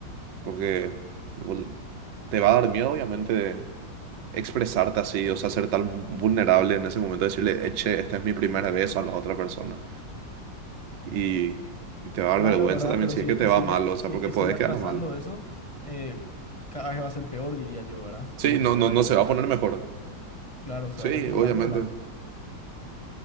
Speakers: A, on the right; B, on the left.
A: porque vol- te va a dar miedo, obviamente, expresarte así, o sea, ser tan vulnerable en ese momento, decirle, "Eh, che, esta es mi primera vez a la otra persona. Y, y te va a
B: Claro,
A: dar vergüenza
B: ¿verdad?
A: también
B: Pero
A: si
B: si
A: es que
B: es que
A: te va
B: siga,
A: mal,
B: si
A: o sea,
B: es
A: porque
B: que
A: podés
B: siga
A: quedar
B: trazando
A: mal.
B: eso, eh, cada vez va a ser peor, diría yo, ¿verdad?
A: Sí,
B: Como que
A: no,
B: se le
A: no,
B: va a
A: no
B: ir acumulando.
A: se va a poner mejor.
B: Claro, se
A: Sí,
B: va a ir acumulando
A: obviamente.
B: nomás.